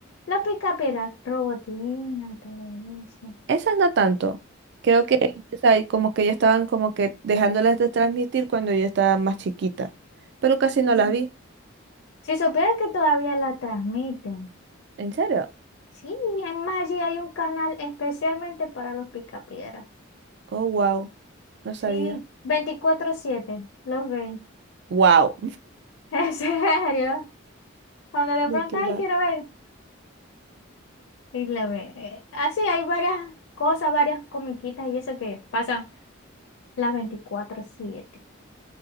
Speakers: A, on the left; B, on the right.
A: la picapera? Robotina y todo eso.
B: Esas no tanto. Creo que, o sea, como que ya estaban como que dejándolas de transmitir cuando yo estaba más chiquita. Pero casi no
A: No.
B: las vi.
A: Si supieras que todavía la transmiten.
B: ¿En serio?
A: Sí, además allí hay un canal especialmente para los picapiedras.
B: Oh, wow. No sabía.
A: Sí, veinticuatro siete. los ven.
B: Wow.
A: <laughs> En serio. Cuando
B: <laughs>
A: de
B: ¿De
A: pronto,
B: qué
A: ay,
B: va?
A: quiero ver. Y la ven. Eh, Así hay varias cosas, varias comiquitas y eso que pasan las veinticuatro siete.